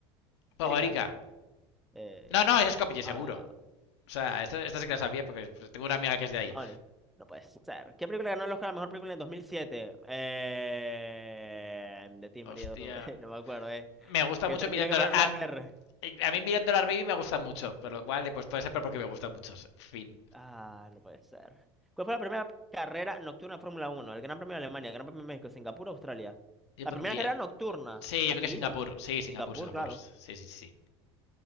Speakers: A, on the left; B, in the centre.
A: Pogorica,
B: Podgorica. Eh,
A: No, no, es Skopje, seguro.
B: ah,
A: O sea, esta, esta sí que la sabía porque tengo una amiga que es de
B: hermanes.
A: ahí.
B: No puede ser. ¿Qué película ganó el Oscar a la mejor película en 2007? Eh, de ti,
A: Hostia.
B: María. <laughs> No me acuerdo, eh.
A: Me gusta
B: Que
A: mucho
B: tendría
A: Million
B: que
A: Dollar...
B: ponerme
A: A,
B: a ver.
A: a mí Million Dollar Baby me gusta mucho, por lo cual he puesto esa pero porque me gusta mucho. Fin.
B: Ah, no puede ser. ¿Cuál fue la primera carrera nocturna de Fórmula Uno? El Gran Premio de Alemania, el Gran Premio de México, Singapur, Australia.
A: Yo
B: La
A: pondría...
B: primera carrera nocturna.
A: Sí, yo
B: Aquí,
A: creo que Singapur.
B: ¿no?
A: Sí,
B: En
A: Singapur,
B: Singapur,
A: Singapur.
B: claro.
A: Sí, sí, sí. sí.